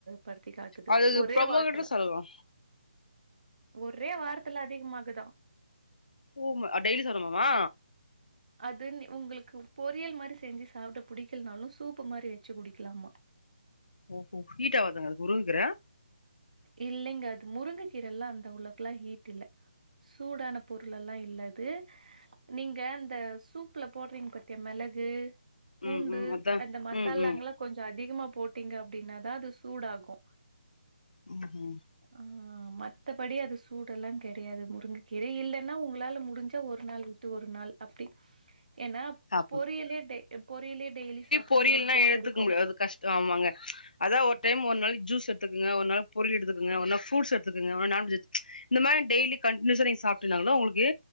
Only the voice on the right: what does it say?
படுத்தி காட்டுது
ஒரே
வார்த்தல
ஒரே வாரத்துல அதிகமாகுதா
அது நீ உங்ளுக்கு பொரியல் மாரி செஞ்சு சாப்ட புடிக்கலனாலு சூப்பு மாரி வச்சு குடிக்கலாமா
இல்லைங்க அது முருங்க கீரல்லா அந்த அவ்ளக்ல்லா ஹீட் இல்ல சூடான பொருள் எல்லா இல்ல அது நீங்க அந்த சூப்ல போட்றீங்க பாத்தியா மெளகு பூண்டு
அந்த மசாலாங்ளா
கொஞ்சோ அதிகமா போட்டீங்க அப்டின்னாதா அது சூடாகு
ஆ மத்தபடி அது சூடெல்லா கெடயாது முருங்க கீர இல்லன்னா உங்ளால முடிஞ்சா ஒர் நாள் ட்டு ஒரு நாள் அப்டி ஏனா
பொரியலே டெ எ பொரியலே டெய்லி சாப்டா
கூட போர்
அடிக்கு